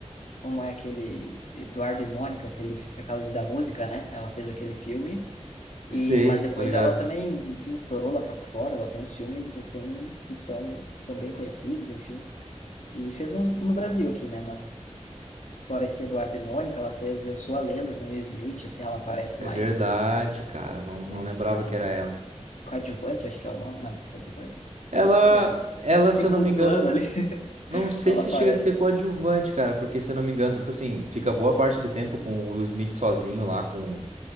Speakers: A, on the left (about 85°); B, on the right (about 75°).
A: Como é aquele. Eduardo e Mônica, aquele, aquela da música, né? Ela fez aquele filme.
B: Sei,
A: E, mas depois
B: tô ligado.
A: ela também, enfim, estourou lá para fora. Ela tem uns filmes, assim, que são, são bem conhecidos, enfim. E fez uns no Brasil aqui, né? Mas fora esse Eduardo e Mônica, ela fez Eu Sou a Lenda com Will Smith, assim, ela parece
B: É
A: mais,
B: verdade, cara, não não
A: mais,
B: lembrava
A: mais
B: que era ela.
A: coadjuvante, acho que é o nome. Não, coadjuvante.
B: Ela
A: É, sei lá.
B: ela,
A: Segundo
B: se eu não me engano,
A: plano ali, <laughs>
B: não sei
A: ela
B: se
A: aparece.
B: chega a ser coadjuvante, cara, porque se eu não me engano, tipo assim, fica boa parte do tempo com o Will Smith sozinho lá com